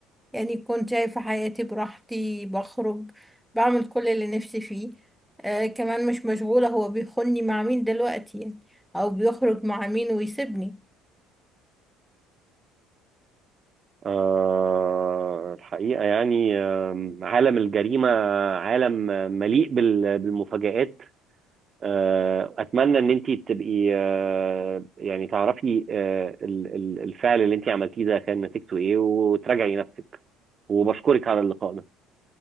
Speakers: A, in the centre; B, on the right (about 40°).
A: يعني كنت شايفة حياتي براحتي بخرج بعمل كل اللي نفسي فيه آه كمان مش مشغولة هو بيخوني مع مين دلوقتي يعني او بيخرج مع مين ويسيبني
B: آه، الحقيقه يعني آم، عالم الجريمه عالم آه، مليء بال- بالمفاجآت آه، اتمنى ان انت تبقي آه، يعني تعرفي آه، ال- ال- الفعل اللي انت عملتيه ده كان نتيجته ايه وتراجعي نفسك وبشكرك على اللقاء ده